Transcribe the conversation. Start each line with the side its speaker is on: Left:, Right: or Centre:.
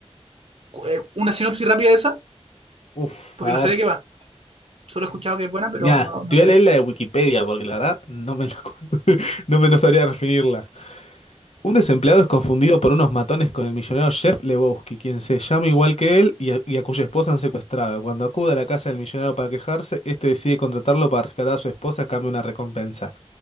Right: cu- eh, una sinopsis rápida de esa?
Left: Uf,
Right: Porque
Left: a
Right: no sé
Left: ver.
Right: de qué va. Solo he escuchado que es buena, pero
Left: Mira,
Right: no, no
Left: te
Right: sé
Left: voy a leer
Right: de qué.
Left: la de Wikipedia porque la verdad no me la acuerdo. <laughs> No me no sabría definirla. Un desempleado es confundido por unos matones con el millonario Jeff Lebowski, quien se llama igual que él y a, y a cuya esposa han secuestrado. Cuando acude a la casa del millonario para quejarse, este decide contratarlo para rescatar a su esposa a cambio de una recompensa.